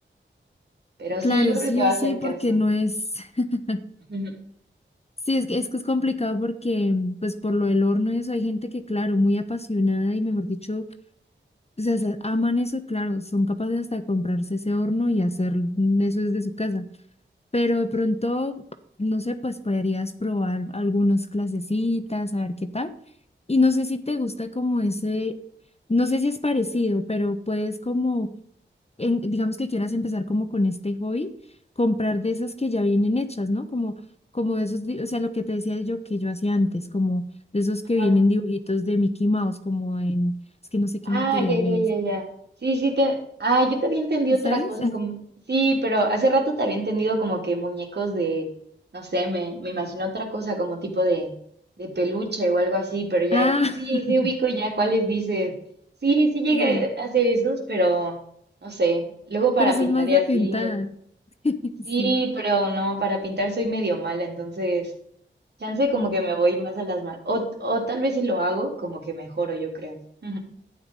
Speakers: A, on the right; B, on the left.
A: Pero
B: Claro,
A: sí, yo creo
B: sí
A: que te va
B: o
A: a hacer
B: sí, porque
A: caso.
B: no es... <laughs>
A: <laughs>
B: Sí, es que, es que es complicado porque, pues por lo del horno y eso, hay gente que, claro, muy apasionada y mejor dicho, pues, o sea, se- aman eso, y, claro, son capaces hasta de comprarse ese horno y hacer mm, eso desde su casa. pero de pronto, no sé, pues podrías probar algunas clasecitas, a ver qué tal. Y no sé si te gusta como ese, no sé si es parecido, pero puedes como, en- digamos que quieras empezar como con este hobby, comprar de esas que ya vienen hechas, ¿no? Como, como de esos, di- o sea, lo que te decía yo que yo hacía antes, como de esos
A: Ajá.
B: que vienen dibujitos de Mickey Mouse, como en, es que no sé qué material
A: Ah, ya,
B: es,
A: ya, ya, ya. Sí, sí, te... Ah, yo te había entendido
B: ¿sabes?
A: otra cosa,
B: <laughs>
A: como... Sí, pero hace rato te había entendido como que muñecos de... No sé, me, me imagino otra cosa, como tipo de, de peluche o algo así, pero ya...
B: Ah,
A: Sí,
B: <laughs>
A: sí, ubico ya cuáles dices. Sí, sí llegué
B: sí,
A: a hacer esos, pero... No sé, luego para
B: pero eso
A: pintar
B: es más
A: y
B: de
A: así...
B: pintada. <laughs>
A: Sí,
B: Sí.
A: pero no, para pintar soy medio mala, entonces... Chance como que me voy más a las manos. O, o tal vez si lo hago, como que mejoro, yo creo. <laughs>